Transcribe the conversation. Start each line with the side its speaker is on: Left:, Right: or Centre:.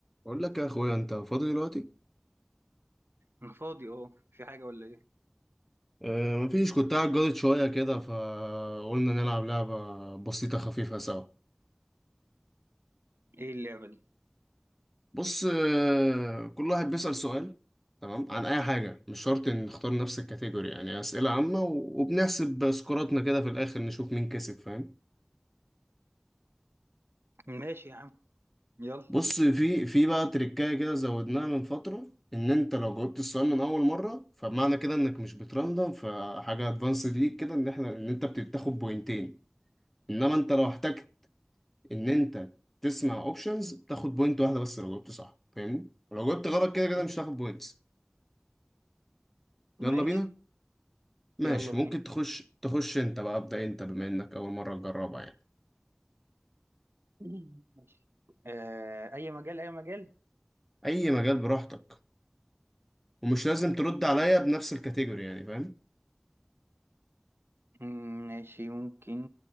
Centre: اقول لك يا اخويا انت فاضي دلوقتي
Right: انا فاضي اهو في حاجة ولا ايه؟
Centre: أه مفيش كنت قاعد جاضد شويه كده فقلنا نلعب لعبه بسيطه خفيفه سوا
Right: ايه اللعبة دي؟
Centre: بص أه كل واحد بيسأل سؤال تمام عن اي حاجه مش شرط ان نختار نفس الكاتيجوري يعني اسئله عامه و- وبنحسب سكوراتنا كده في الاخر نشوف مين كسب فاهم
Right: ماشي يا عم يلا
Centre: بص في في بقى تريكايه كده زودناها من فتره ان انت لو جاوبت السؤال من اول مره فمعنى كده انك مش بتراندم فحاجه ادفانسد ليك كده ان احنا ان انت بتاخد بوينتين انما انت لو احتجت ان انت تسمع اوبشنز تاخد بوينت واحده بس لو جاوبت صح فاهمني ولو جاوبت غلط كده كده مش هتاخد بوينتس يلا
Right: ماشي
Centre: بينا ماشي
Right: يلا بينا
Centre: ممكن تخش تخش انت بقى ابدا انت بما انك اول مره تجربها يعني
Right: <clears throat> <laughs> ماشي آه اي مجال اي مجال
Centre: اي مجال براحتك ومش لازم ترد عليا بنفس الكاتيجوري يعني فاهم
Right: مم، ماشي ممكن